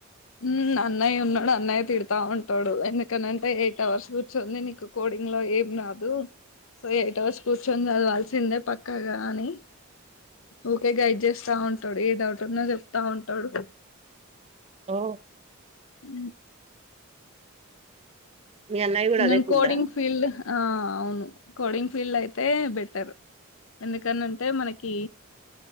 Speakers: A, on the left (about 65°); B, on the right (about 25°).
A: ఉ అన్నయ్య ఉన్నా న్నయ్య తిడతావా ఉం టోడు ఎందుకనంటే ఎయిట్ హవర్స్ కూర్చుందే నీకు కోడింగ్ లో ఏం రాదు సో ఎయిట్ అవర్స్ కూర్చొని చదవాల్సిందే పక్కగా అని ఓకే గైడ్ చెస్ ఉంటాడు ఏ డౌట్ వున్నా చెప్తా ఉంటాడు
B: ఓ
A: ఊ
B: మీ అన్నయ్య కూడా
A: నో
B: అదే ఫీల్డా
A: కోడింగ్ ఫీల్డ్ ఆ అవును కోడింగ్ ఫీల్ అయితే బెటర్ ఎందుకనంటే మనకి